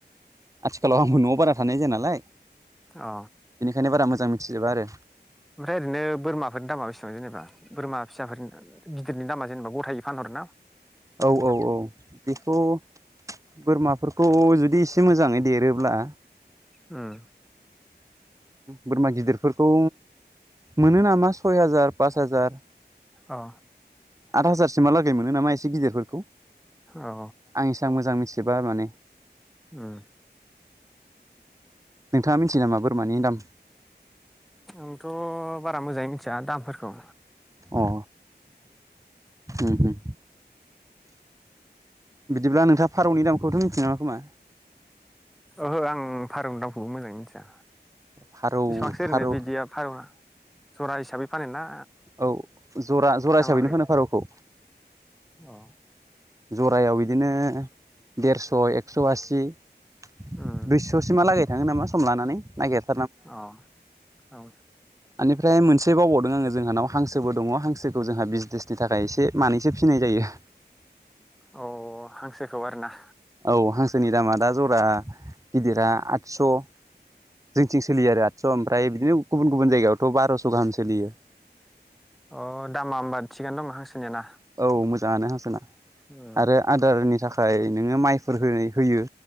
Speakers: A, on the right; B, in the centre.
A: आथिखालाव आंबो न'आव बारा थानाय जाया नालाय
B: अ
A: बेनिखायनो बारा मोजां मिथिजोबा आरो
B: ओमफ्राय ओरैनो बोरमाफोरनि दामा बेसेबां जेनेबा बोरमा फिसाफोर गिदिरनि दामा जेनेबा गथायै फानहरो ना?
A: औ औ औ बेखौ बोरमाफोर खौ जुदि एसे मोजाङै देरोब्ला।
B: ओम
A: बोरमा गिदिरफोरखौ मोनो नामा सय हाजार पास हाजार।
B: औ
A: आथ हाजारसिमहा लागै मोनो नामा एसे गिदिरफोरखौ।
B: औ
A: आं एसां मोजां मिथिजोबा माने।
B: ओम
A: नोंथाङा मिथियो नामा बोरमानि दाम ।
B: आंथ' बारा मोजाङै मिथिया दामफोरखौ।
A: अ, उम उम। बिदिब्ला नोंथाङा । फारौनि दामखौथ' मिथिनाय नङा खोमा?
B: ओहो आं फारौनि दामखौबो मोजाङै मिथिया।
A: फारौ
B: बेसेबांसो
A: फारौ
B: ओरैनो बिदिया फारौना जरा हिसाबै फानो ना
A: औ जरा जरा
B: ना
A: हिसाबैनो
B: माबोरै?
A: फानो फारौखौ
B: औ
A: जरायाव बिदिनो । देरस' एकस' आसि ।
B: उम
A: दुइस' सिमा लागै बिथाङो नामा सम लानानै नागिर।
B: औ औ
A: बेनिफ्राय मोनसे बावबावदों आङो जोंहानाव हांसोबो दङ हांसोखौ जोंहा बिजनेसनि थाखाय एसे मानैसो फिनाय जायो।
B: अ हांसोखौ आरो ना?
A: औ हांसोनि दामा दा जरा गिदिरा आदस' जोंथिं सोलियो आरो आदस' ओमफ्राय बिदिनो गुबुन गुबुन जायगायावथ' बार'स' गाहाम सोलियो।
B: अ दामा हबा थिगानो दंना हांसोनिया ना ।
A: औ मोजांङानो हांसोना।
B: उम
A: आरो आदारनि थाखाय। ओमफ्राय नोङो माइफोर होनाय होयो।